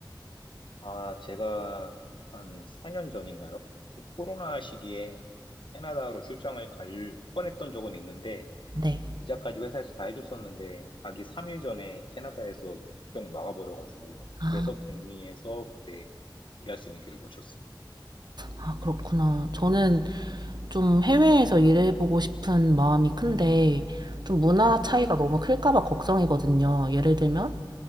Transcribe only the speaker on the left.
아, 제가 한 4년 전인가요? 그 코로나 시기에 캐나다로 출장을 갈 뻔했던 적은 있는데,
비자까지 회사에서 다 해줬었는데, 가기 3일 전에 캐나다에서 그 국경을 막아버려가지고,
그래서 북미에서 그때 일할 수 있는 기회를 놓쳤어요.
예,